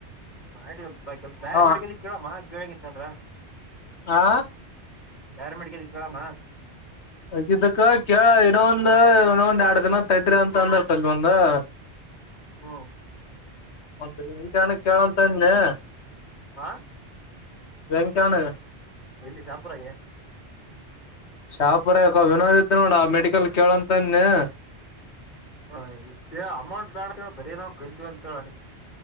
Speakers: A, on the left; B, on the left.
A: ಮಾಡಲ್ಪ ಕೆ ಬೇರೆ
B: ಅವ
A: ಮೆಡಿಕಲ್ ಅಲ್ಲಿ ಕೇಳಮ್ಮ ಕೇಳಂಗಿತ್ನದ್ರ
B: ಹಾ
A: ಪ್ಯಾರಾಮೆಡಿಕಲ್ ಗೇ ಕೇಳಮ್ಮ
B: ಹಗಿದ್ದಕ್ಕ ಕೇಳ ಇನ್ನೊ ಒಂದ್ ಇನ್ನೊ ಒಂದ್ ಎರಡ್ ದಿನ ತಟ್ರಿ ಅಂತ ಅಂದ ಒಂದ <inaudible>
A: ಹ್ಮ್
B: ನಿನ್ನ ತವನೆ ಕೇಳಂತ ಅನ್ಲೆ
A: ಹಾ
B: ವೆಂಕಿ ಅಣ್ಣಗೇ
A: ಎಲ್ಲಿ ಶಾಪುರ್ದಾಗ
B: ಶಾಪುರಾ ಯಾಕೋ ವಿನೋದತ್ಇದ್ದ ನೋಡ ಆ ಮೆಡಿಕಲ್ ಕೇಳಂತಾನಿ
A: ಹ ಅಮೌಂಟ್ ಬೇಡ ಅಂತ ಹೇಳೇಳಿ ಬರೀ ನಾವು ಕಲ್ತೀವಿ ಅಂತೇಳ